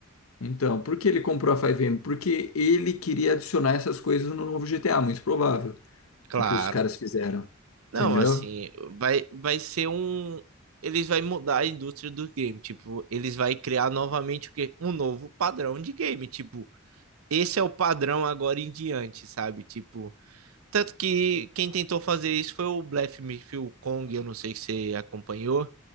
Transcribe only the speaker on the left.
Então, por que ele comprou a 5M? Porque ele queria adicionar essas coisas no novo GTA, muito provável
do que os caras fizeram.
Entendeu?